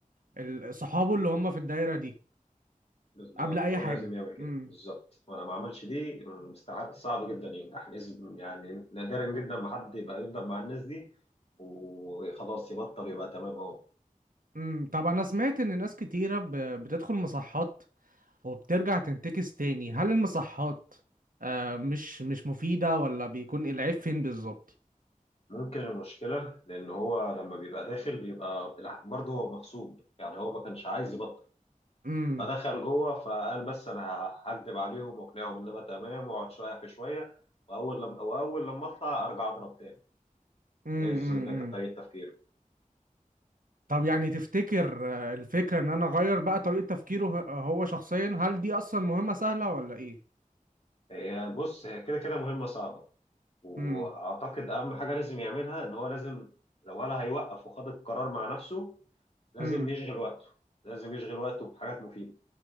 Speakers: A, on the right (about 75°); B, on the left (about 45°).
A: ال... صحابه اللي هم في الدايرة دي
B: بالظبط
A: قبل اي
B: هو
A: حاجة
B: لازم يعمل كده
A: امم
B: بالظبط وانا ما عملش دي مستحيل صعب جدا ينجح لازم يعني نادرا جدا ما حد يبقى يفضل مع الناس دي وخلاص يبطل يبقى تمام هو
A: امم طب انا سمعت ان ناس كتيرة ب... بتدخل مصحات وبترجع تنتكس تاني هل المصحات آه مش مش مفيدة ولا بيكون العيب فين بالظبط
B: ممكن المشكله لان هو لما بيبقى داخل بيبقى برضه هو مغصوب يعني هو ما كانش عايز يبطل
A: امم
B: فدخل جوه فقال بس انا هكدب عليهم واقنعهم ان انا تمام واقعد شويه في شويه واول لما واول لما اطلع ارجع اضرب تاني
A: امم
B: جايز
A: امم
B: ده
A: أمم.
B: كانت طريقه تفكيره
A: طب يعني تفتكر آه، الفكرة ان انا اغير بقى طريقة تفكيره هو هو شخصيا هل دي اصلا مهمة سهلة ولا ايه
B: هي بص هي كده كده مهمه صعبه واعتقد
A: امم
B: اهم حاجه لازم يعملها ان هو لازم لو ولا هيوقف وخد القرار مع نفسه لازم
A: امم.
B: يشغل وقته لازم يشغل وقته بحاجات مفيده